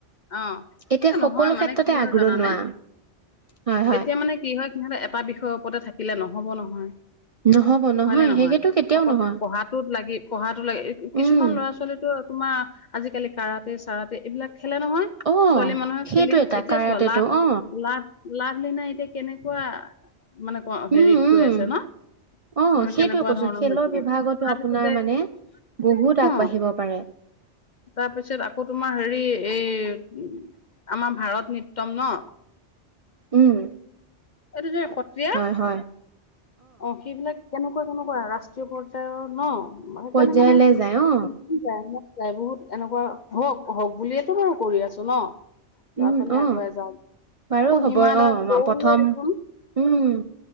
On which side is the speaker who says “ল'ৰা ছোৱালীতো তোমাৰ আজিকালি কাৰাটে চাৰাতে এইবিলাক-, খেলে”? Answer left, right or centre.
Left